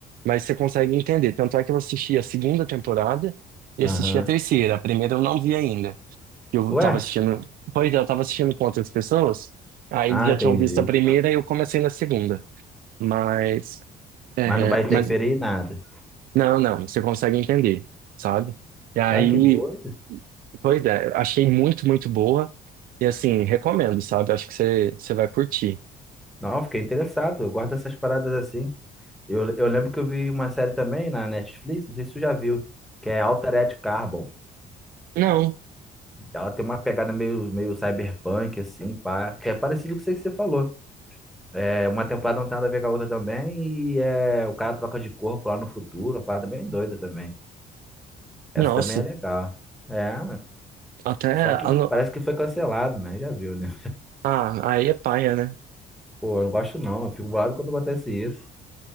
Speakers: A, on the right; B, in the centre.
A: Mas você consegue entender. Tanto é que eu assisti a segunda temporada e
B: Aham.
A: assisti a terceira. A primeira eu não vi ainda. Eu
B: Ué?
A: tava assistindo, pois é, eu tava assistindo com outras pessoas, aí
B: Ah,
A: eles já
B: entendi.
A: tinham visto a primeira e eu comecei na segunda. Mas, é,
B: Mas não vai
A: é,
B: interferir
A: mas
B: em nada.
A: não, não, você consegue entender, sabe? E aí,
B: Cara, que doido.
A: pois é, achei muito, muito boa. E assim, recomendo, sabe? Acho que você, você vai curtir.
B: Não, eu fiquei interessado. Eu gosto dessas paradas assim. Eu, eu lembro que eu vi uma série também na Netflix, não sei se tu já viu, que é Altered Carbon.
A: Não,
B: Ela tem uma pegada meio, meio cyberpunk, assim, pá, que é parecido com isso aí que você falou. É, uma temporada não tem nada a ver com a outra também, e é, o cara troca de corpo lá no futuro, uma parada bem doida também. Essa
A: nossa,
B: também é legal. É,
A: até.
B: só que
A: A, no-
B: parece que foi cancelado, né? Já viu, né?
A: ah, aí é paia, né?
B: Pô, eu não gosto não, eu fico bolado quando acontece isso.